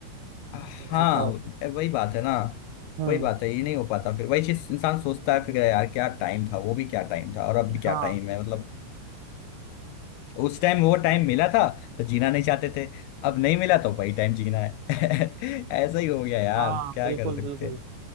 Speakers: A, on the left; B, on the right.
A: हाँ
B: ऐसा हो
A: वही बात है ना
B: हम्म
A: वही बात है ये नहीं हो पाता फिर वही चीज इंसान सोचता है फिर यार क्या टाइम था वो भी क्या टाइम था और अब भी
B: हाँ
A: क्या टाइम है मतलब उस टाइम वो टाइम मिला था तो जीना नहीं चाहते थे अब नहीं मिला तो वही टाइम जीना है <laughs> ऐसा ही हो गया यार
B: हाँ
A: क्या
B: बिल्कुल
A: कर सकते
B: बिल्कुल
A: हैं